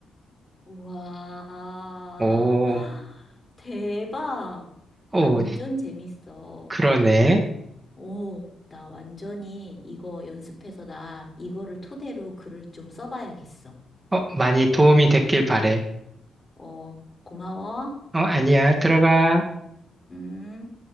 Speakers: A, on the left; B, on the right.
A: 우와,
B: 오,
A: <gasps> 대박!
B: 오,
A: 완전 재밌어.
B: 그러네.
A: 오, 나 완전히 이거 연습해서 나 이거를 토대로 글을 좀 써봐야겠어.
B: 어, 많이 도움이 됐길 바래.
A: 어, 고마워.
B: 어, 아니야. 들어가.
A: 음.